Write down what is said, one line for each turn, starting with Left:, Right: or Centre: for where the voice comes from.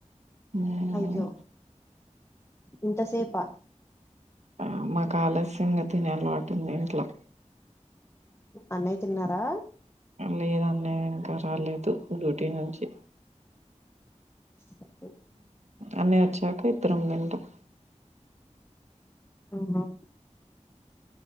Right: ఉమ్,
Left: అయ్యో ఇంత సేపా
Right: ఆ మాకు ఆలస్యంగా తినే అలవాటు ఉంది ఇంట్లో
Left: అన్నయ్య తిన్నారా
Right: లేదన్న ఇంకా రాలేదు డ్యూటీ నుంచి
Left: <inaudible>
Right: అన్నయ్య వచ్చాక ఇద్దరం తింటం
Left: ఆహా